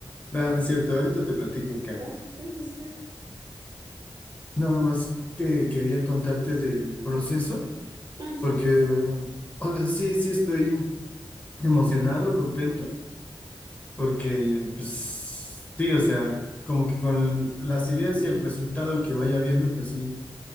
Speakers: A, on the left; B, on the right.
A: No, no es cierto, ahorita te platico, Kat.
B: Ah, pues, o sea.
A: Nada más que quería contarte del proceso,
B: Ah, sí.
A: porque, o sea, sí, sí estoy emocionado, contento, porque, pues, sí, o sea, como que con las ideas y el resultado que vaya viendo, pues sí,